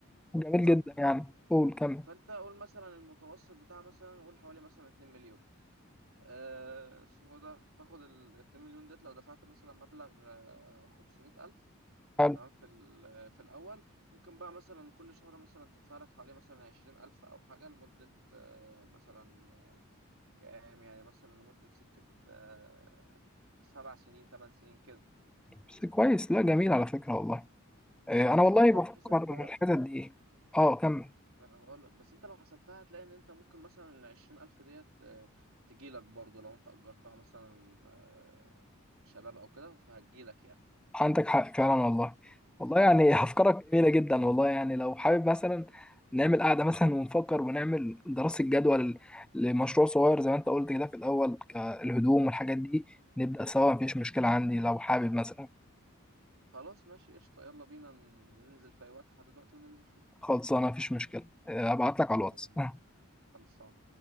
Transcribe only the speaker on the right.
تمام
فانت قول مثلا المتوسط بتاع مثلا قول حوالي مثلا 2 مليون آه، اسمه ده تاخد ال 2 مليون ديت لو دفعت مثلا مبلغ آه، 500 ألف
تمام في ال- في الاول ممكن بقى مثلا كل شهر مثلا تدفع لك حوالي مثلا عشرين الف او حاجه لمده آه، مثلا آه، كام يعني مثلا لمده سكه آه، سبع سنين ثمان سنين كده
بس
انت لو
حسبتها
ما انا بقول لك بس انت لو حسبتها هتلاقي ان انت ممكن مثلا ال 20000 ديت تجي لك برضه لو انت اجرتها مثلا آه، شباب او كده فهتجي لك يعني
خلاص ماشي قشطه يلا بينا ننزل في اي وقت حدد وقت وننزل فيه
يلا
بينا
خلصان